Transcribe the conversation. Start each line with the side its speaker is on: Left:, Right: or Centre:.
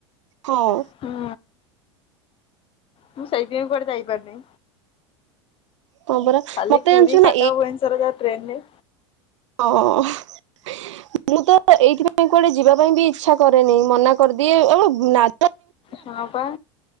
Right: ହଁ
Left: ହୁଁ। ମୁଁ ସେଇଥି ପାଇଁ କୁଆଡେ ଯାଇ ପାରୁନି।
Right: ହଁ ପରା
Left: ଖାଲି
Right: ମତେ
Left: ପୁରି,
Right: ଜାଣିଛୁ ନା
Left: କଟକ ଭୁନେଶ୍ବର ଯାହା ଟ୍ରେନରେ
Right: ଓ ହୋ <unintelligible> ମୁଁ ତ ଏଇଥିପାଇଁ କୁଆଡେ ଯିବା ପାଇଁ ବି ଇଚ୍ଛା କରେନି ମନା କରିଦିଏ। <unintelligible>
Left: ହଁ ପା।